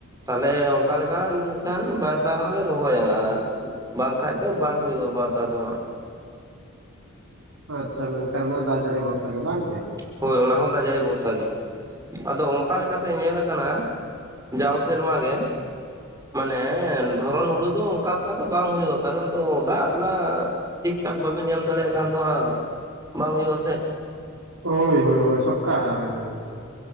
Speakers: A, on the right (about 15°); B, on the right (about 70°).
A: ᱛᱟᱦᱞᱮ ᱚᱱᱠᱟᱮᱠᱟ ᱠᱷᱟᱱ ᱵᱟᱨ ᱫᱷᱟᱣ ᱦᱚᱸ ᱞᱮ ᱨᱚᱦᱚᱭᱟ ᱟᱨ ᱼᱼ ᱵᱟᱝᱠᱟᱱᱡ ᱫᱚ ᱵᱟᱝ ᱦᱩᱭᱩᱜᱼᱟ ᱵᱟᱨ ᱫᱷᱟᱣ ᱫᱚ ᱦᱟᱸᱜ।
B: ᱟᱪᱪᱷᱟ ᱢᱮᱱᱠᱷᱟᱱ ᱚᱱᱟ ᱫᱟᱜ ᱡᱟᱹᱲᱤ ᱵᱷᱚᱨᱥᱟ ᱜᱮ ᱵᱟᱝ ᱪᱮ?
A: ᱦᱳᱭ ᱚᱱᱟ ᱦᱚᱸ ᱫᱟᱜ ᱡᱟᱹᱲᱤ ᱵᱷᱚᱨᱥᱟ ᱜᱮ᱾ ᱟᱫᱚ ᱚᱱᱠᱟ ᱞᱮᱠᱟᱛᱮ ᱧᱮᱞ ᱟᱠᱟᱱᱟ ᱼᱼ ᱡᱟᱣ ᱥᱮᱨᱢᱟ ᱜᱮ ᱢᱟᱱᱮ ᱫᱷᱚᱨᱚᱱ ᱦᱩᱲᱩ ᱫᱚ ᱼᱼ ᱚᱱᱠᱟ ᱞᱮᱠᱟ ᱫᱚ ᱵᱟᱝ ᱦᱩᱭᱩᱜᱼᱟ᱾ ᱠᱟᱨᱚᱱ ᱫᱚ ᱫᱟᱜ ᱱᱷᱟᱜ ᱴᱷᱤᱠ ᱴᱷᱟᱠ ᱵᱟᱟᱹᱵᱤᱱ ᱮᱢ ᱫᱟᱲᱮᱭᱟᱜ ᱠᱷᱟᱱ ᱫᱚ ᱦᱟᱸᱜ ᱼᱼ ᱵᱟᱝ ᱦᱩᱭᱩᱜᱼᱟ ᱥᱮ।
B: ᱦᱳᱭ ᱦᱳᱭ ᱦᱳᱭ ᱥᱚᱴ ᱠᱟᱜᱼᱟ ᱢᱮᱱᱠᱷᱟᱱ।